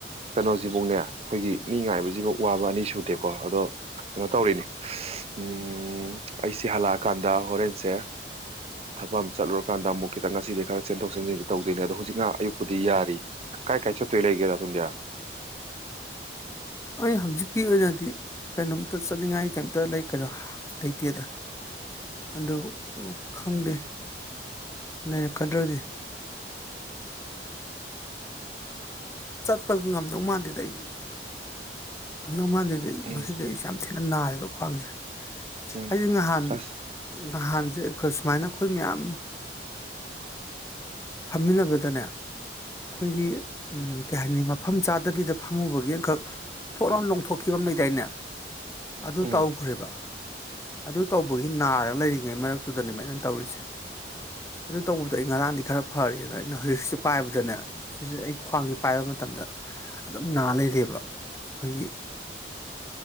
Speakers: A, on the right (about 35°); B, on the left (about 15°).
A: ꯀꯩꯅꯣꯁꯤꯐꯨꯅꯦ ꯑꯩꯈꯣꯏꯒꯤ ꯃꯤ ꯉꯥꯏꯕꯁꯤꯐ ꯋꯥꯕ ꯑꯅꯤ ꯁꯨꯗꯦꯀꯣ ꯑꯗꯣ ꯀꯩꯅꯣ ꯇꯧꯔꯤꯅꯤ ꯎꯝ ꯑꯩꯁꯤ ꯍꯜꯂꯛꯑꯀꯥꯟꯗ ꯍꯣꯔꯦꯟꯁꯦ ꯊꯕꯛ ꯑꯃ ꯆꯠꯂꯨꯔꯀꯥꯟꯗ ꯑꯃꯨꯛ ꯈꯤꯇꯪ ꯉꯁꯤꯗꯤ ꯈꯔ ꯆꯦꯟꯊꯣꯛ ꯆꯦꯟꯁꯤꯟꯗꯤ ꯇꯧꯗꯣꯏꯅꯦ ꯑꯗꯣ ꯍꯧꯖꯤꯛꯅ ꯑꯌꯨꯛꯄꯨꯗꯤ ꯌꯥꯔꯤ ꯀꯥꯏ ꯀꯥꯏ ꯆꯠꯇꯣꯏ ꯂꯩꯒꯦꯗꯇꯣꯟꯗꯤꯌꯥ
B: ꯑꯩ ꯍꯧꯖꯤꯛꯀꯤ ꯑꯣꯏꯅꯗꯤ ꯀꯩꯅꯣꯝꯇ ꯆꯠꯅꯤꯡꯉꯥꯏ ꯀꯩꯝꯇ ꯀꯩꯅꯣ ꯂꯩꯇꯦꯗ ꯑꯗꯨ ꯈꯪꯗꯦ ꯂꯩꯔꯛꯀꯗ꯭ꯔꯗꯤ ꯆꯠꯄ ꯉꯝꯗꯧ ꯃꯥꯟꯗꯦꯗ ꯑꯩ ꯑꯗꯨ ꯃꯥꯗꯤ
A: ꯎꯝ
B: ꯃꯁꯤꯗ ꯑꯩ ꯌꯥꯝ ꯊꯦꯡꯅꯩ ꯑ ꯅꯥꯔꯤꯕ ꯈ꯭ꯋꯥꯡꯁꯦ
A: ꯎꯝ
B: ꯑꯩ ꯅꯍꯥꯟ
A: ꯑꯁ
B: ꯅꯍꯥꯟꯁꯦ ꯑꯩꯈ ꯁꯨꯃꯥꯏꯅ ꯑꯩꯈꯣꯏ ꯃꯌꯥꯝ ꯐꯝꯃꯤꯟꯅꯕꯗꯅꯦ ꯑꯩꯈꯣꯏꯒꯤ ꯀꯩ ꯍꯥꯏꯅꯤ ꯃꯐꯝ ꯆꯥꯗꯕꯤꯗ ꯐꯝꯃꯨꯕꯒꯤ ꯑꯃꯈꯛ ꯊꯣꯔꯅ ꯂꯪꯊꯣꯈꯤꯕ ꯃꯩꯗꯥꯥꯏꯅ ꯑꯗꯨ
A: ꯎꯝ
B: ꯇꯧꯈ꯭ꯔꯦꯕ ꯑꯗꯨ ꯇꯧꯕꯒꯤ ꯅꯥꯔꯒ ꯂꯩꯔꯤꯉꯩ ꯃꯔꯛꯇꯨꯗꯅꯦ ꯃꯥꯏꯩꯅ ꯇꯧꯔꯤꯁꯦ ꯑꯗꯨ ꯇꯧꯕꯗꯣ ꯑꯩ ꯉꯔꯥꯡꯗꯤ ꯈꯔ ꯐꯔꯦꯅ ꯍꯧꯖꯤꯛ ꯍꯧꯦ ꯄꯥꯏꯕꯗꯅꯦ ꯍꯧꯛ ꯑꯩ ꯈ꯭ꯋꯥꯡꯁꯦ ꯄꯥꯏꯕ ꯃꯇꯝꯗ ꯑꯗꯨꯝ ꯅꯥ ꯂꯩꯇꯦꯕ ꯑꯩꯈꯣꯏꯒꯤ